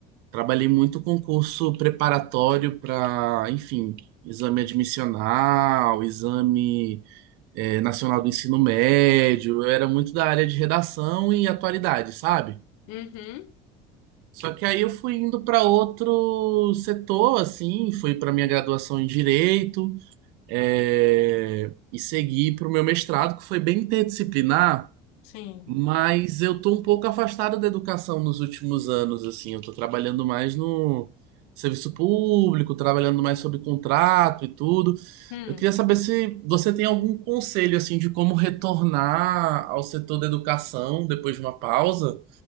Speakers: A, on the right (about 65°); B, on the left (about 80°).
A: Trabalhei muito com curso preparatório para, enfim, exame admissional, exame é, nacional do ensino médio. Eu era muito da área de redação e atualidade, sabe?
B: Uhum,
A: Só que aí eu fui indo para outro setor, assim, fui para minha graduação em direito. é, e seguir para o meu mestrado, que foi bem interdisciplinar,
B: sim.
A: mas eu tô um pouco afastado da educação nos últimos anos, assim, eu tô trabalhando mais no serviço público, trabalhando mais sobre contrato e tudo.
B: Hum,
A: Eu queria saber se você tem algum conselho, assim, de como retornar ao setor da educação depois de uma pausa.